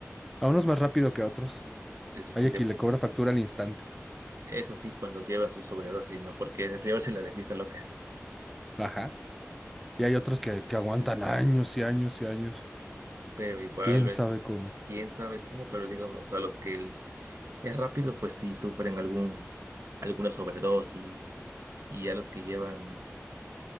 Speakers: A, in the centre; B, on the right.
A: A unos más rápido que a otros.
B: Eso
A: Hay
B: sí,
A: a
B: de,
A: quien le cobra factura al instante.
B: eso sí, cuando lleva su sobredosis, ¿no? Porque llevársela de fiesta loca.
A: Ajá. Y hay otros que, que aguantan años y años y años.
B: Pero igual,
A: ¿Quién
B: ves,
A: sabe cómo?
B: quién sabe cómo, pero digamos, a los que el- es rápido, pues sí sufren algún, alguna sobredosis. Y a los que llevan